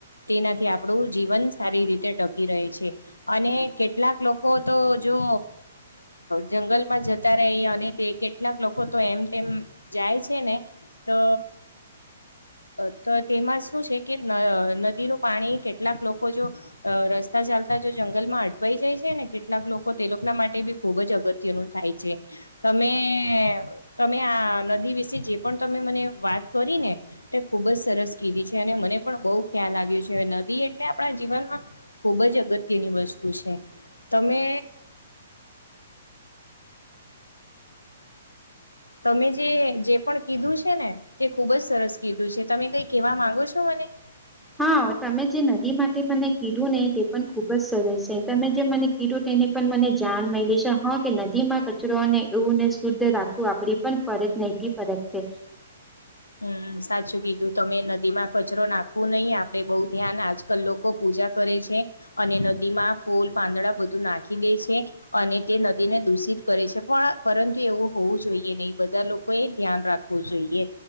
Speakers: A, on the left; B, in the centre.
A: તેનાથી આપણું જીવન સારી રીતે ટકી રહે છે અને અને કેટલાક લોકો તો જો જંગલમાં જતા રહી અને તે કેટલાક લોકો તો એમ તેમ જાય છે ને તો અ તો તેમાં શું છે કે નદીનો પાણી કેટલાક લોકો જો રસ્તા ચાલતા જો જંગલમાં અટવાઈ જાય છે ને કેટલાક લોકો તે લોકો માટે બી ખુબ જ અગત્યનું થાય છે તમે તમે આ નદી વિશે જે પણ તમે મને વાત કરી ને તે ખુબ જ સરસ ક છે અને મને પણ બહુ ખ્યાલ આવ્યો છે હ નદી એટલે આપણા જીવનમાં ખુબ જ અગત્યની વસ્તુ છે તમે તમે જે જે પણ કીધું છે ને તે ખુબજ સરસ કીધું છે તમે કઈ કેવા માંગો છો મને હે
B: હા તમે જે નદી માટે મને કીધું ને તે પણ ખુબ જ સરસ છે તમે જે મને એધું તેને પણ મને જાન મળે છે હા કે નદી માં કચરો અને એવુંને શુદ્ધ રાખવું આપડી પણ ફરજ નહતી ફરજ છે
A: હમ સાચું કીધું તમે નદી માં કચરો નાખો નહી આપડે બહુ ધ્યાન આજકાલ લોકો પૂજા કરે છે અને નદી માં ફૂલ પાંદડા બધા નાખી દે છે અને તે નદીને દૂષિત કરે છે પણ પરંતુ એવું હોવું જોઈએ નહી બધું બધા લોકોએ ધ્યાન રાખવું જોઈએ